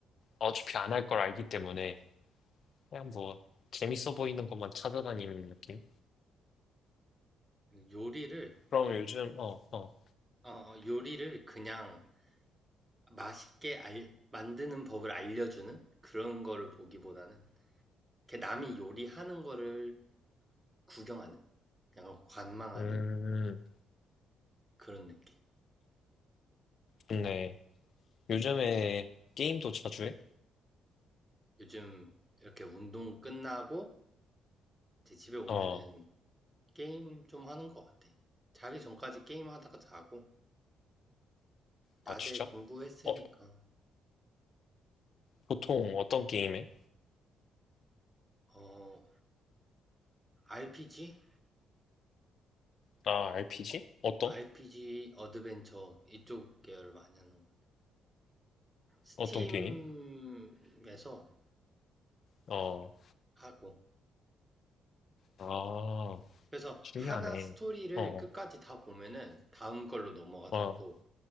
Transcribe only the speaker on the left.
어차피 안 할 걸 알기 때문에 그냥 뭐 재밌어 보이는 것만 찾아다니는 느낌?
그럼 요즘, 어, 어,
음,
좋네. 요즘에 게임도 자주 해?
어,
아, 진짜?
어, 보통 어떤 게임 해?
아, RPG?
어떤?
어떤 게임? 어,
아,
신기하네.
어,
어,